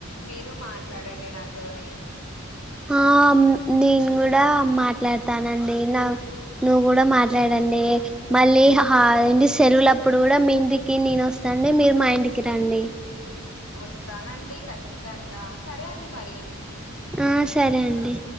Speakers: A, on the left; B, in the centre.
A: మీరు మాట్లాడండి నాతోని
B: ఆ నేను కూడా మాట్లాడతానండి నా నువ్వు కూడా మాట్ లాడండి మళ్ళీ హాలిడేస్ సెలవులప్పుడు కూడా మీ ఇంటికి నేను వస్తాండి మీరు మా ఇంటికి రండి
A: వస్తానండి ఖ చ్చితంగా సరే అండి మరి
B: ఆ సరే అండి